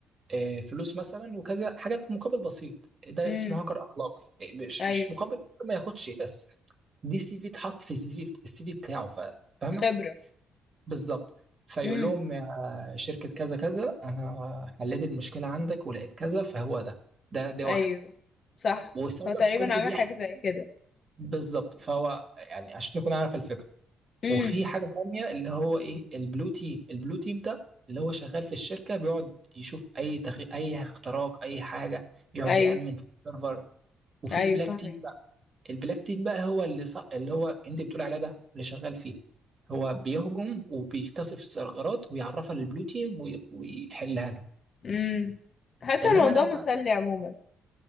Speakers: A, on the right; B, on the left.
A: آه، فلوس مثلا وكذا حاجات مقابل بسيط ده
B: امم
A: اسمه هاكر أخلاقي آه، مش
B: ايوه
A: مش مقابل ما ياخدش بس دي سي في اتحط في السي في السي في بتاعه ف- فاهمة
B: خبرة
A: بالظبط فيقول
B: امم
A: لهم يا شركة كذا كذا أنا حليت المشكلة عندك ولقيت كذا فهو ده ده دي
B: ايوه
A: واحدة
B: صح
A: والسايبر
B: هو تقريبا
A: سيكيورتي
B: عمل
A: بيحكي
B: حاجة زي كده
A: بالظبط فهو يعني عشان نكون عارف الفكرة
B: امم
A: وفي حاجه تانية اللي هو ايه البلو تيم البلو تيم ده اللي هو شغال في الشركه بيقعد يشوف اي تغي... اي اختراق اي حاجه يقعد
B: ايوه
A: يامن في السيرفر وفي
B: ايوه
A: البلاك
B: فاهمك
A: تيم بقى البلاك تيم بقى هو اللي ص... اللي هو انت بتقول عليه ده اللي شغال فيه هو بيهجم وبيكتشف الثغرات ويعرفها للبلو تيم وي... ويحلها له
B: امم حاسة
A: انما
B: الموضوع
A: انا
B: مسلي عموما